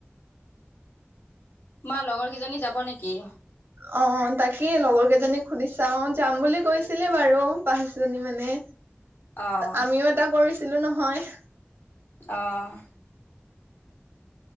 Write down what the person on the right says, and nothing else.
অ' তাকেই লগৰ কেইজনীক সুধি চাও যাম বুলি কৈছিলে বাৰু পাঁচজনী মানে।
আমিও এটা কৰিছিলো নহয়।